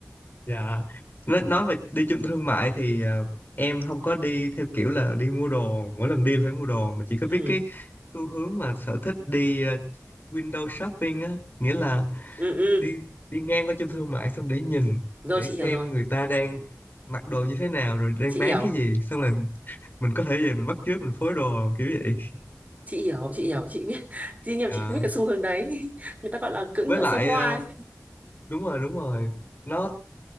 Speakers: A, on the left; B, on the right.
A: dạ nói nói về đi trung tâm thương mại thì ờ, em không có đi theo kiểu là đi mua đồ mỗi lần đi là phải mua đồ mà chỉ có
B: ừ
A: biết cái xu hướng mà sở thích đi ờ, window shopping á nghĩa là
B: ừ ừ
A: đi đi ngang qua trung tâm thương mại xong để nhìn
B: rồi
A: để
B: chị
A: xem
B: hiểu rồi
A: người ta đang mặc đồ như thế nào rồi đang
B: chị
A: bán
B: hiểu
A: cái gì xong rồi mình có thể về mình bắt chước mình phối đồ kiểu vậy
B: chị hiểu chị hiểu chị biết <laughs> tuy nhiều
A: Dạ.
B: chị không biết cái xu hướng đấy <laughs> người ta gọi là cưỡi ngựa
A: với lại
B: xem hoa
A: ờ,
B: ấy
A: đúng rồi đúng rồi nó